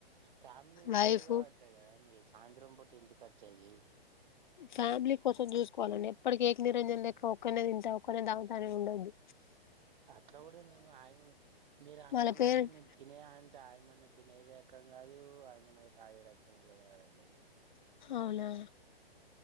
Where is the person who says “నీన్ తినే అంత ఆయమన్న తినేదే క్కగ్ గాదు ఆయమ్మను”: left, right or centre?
Right